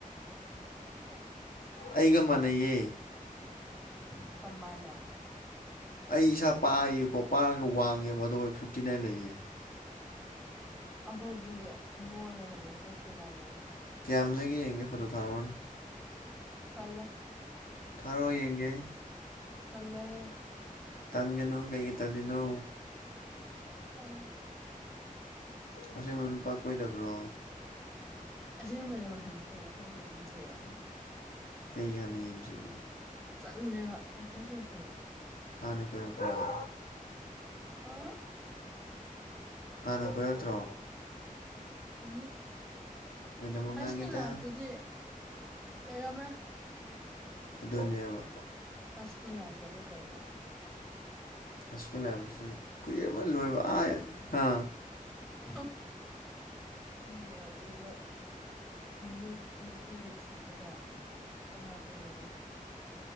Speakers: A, in the centre; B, on the left.
A: ꯀꯔꯤ
B: ꯑꯩꯒ ꯃꯥꯟꯅꯩꯌꯦ
A: ꯎ ꯀꯃꯥꯏꯅ
B: ꯑꯩ ꯏꯁꯥ ꯄꯥꯌꯦꯀꯣ ꯄꯥꯔꯒ ꯋꯥꯡꯉꯦꯕ ꯑꯗꯨꯒ ꯑꯩ ꯐꯤꯞꯇꯤ ꯅꯥꯏꯟ ꯂꯩꯌꯦ
A: ꯑꯩꯈꯣꯏꯁꯤ ꯂꯣꯏꯔꯒꯅꯦ ꯁꯨꯁꯃꯤꯅꯥ ꯂꯩꯔꯤꯒ
B: ꯀꯌꯥꯝꯅꯣꯏꯒꯦ ꯌꯦꯡꯒꯦ ꯐꯣꯇꯣ ꯊꯥꯔꯛꯑꯣꯅꯦ
A: ꯇꯜꯂꯦ
B: ꯊꯥꯔꯛꯑꯣ ꯌꯦꯡꯒꯦ
A: ꯇꯜꯂꯦ
B: ꯇꯟꯒꯅꯨ ꯀꯩꯀꯩ ꯇꯜꯂꯤꯅꯣ
A: ꯇꯜꯂꯦ
B: ꯑꯁꯦꯡꯕ ꯅꯨꯄꯥ ꯀꯣꯏꯗꯕ꯭ꯔꯣ
A: ꯑꯁꯦꯡꯕꯅꯦ ꯋꯥ ꯍꯟ ꯇꯣꯡꯉꯕ ꯌꯦꯡꯃꯤꯁꯦꯕ ꯑꯩꯅ
B: ꯀꯩꯒꯤ ꯍꯥꯟꯅ ꯌꯦꯡꯗ꯭ꯔꯤꯅꯣ
A: ꯇꯜꯂꯦꯕ ꯏꯟꯇ꯭ꯔꯦꯁ ꯂꯩꯇꯦꯕ
B: ꯍꯅꯤꯄꯔ ꯀꯂ
A: ꯑꯣ
B: ꯍꯥꯟꯅ ꯀꯣꯏꯔꯛꯇ꯭ꯔꯣ
A: ꯎꯍꯝ
B: ꯃꯤꯅꯤꯠ ꯃꯉꯥꯡꯒꯤꯗ
A: ꯍꯥꯏꯁꯀꯨꯜ ꯂꯥꯏꯐꯇꯗꯤ ꯂꯩꯔꯝꯃꯦ
B: ꯑꯗꯨꯅꯦꯕ
A: ꯍꯥꯏꯁꯀꯨꯜ ꯂꯥꯏꯞꯇꯕꯣ ꯀꯩꯅꯣ
B: ꯍꯥꯏꯁꯀꯨꯜ ꯂꯥꯏꯞꯁꯨ ꯀꯨꯏꯔꯦꯕ ꯂꯣꯏꯕ ꯑꯥ ꯍꯥ
A: <unintelligible> ꯃꯤ ꯍꯧꯖꯤꯅ ꯅꯨꯞ ꯅꯨꯄꯤꯒ ꯊꯤꯗꯅ ꯑꯉꯥꯡꯒ ꯂꯩꯔꯦ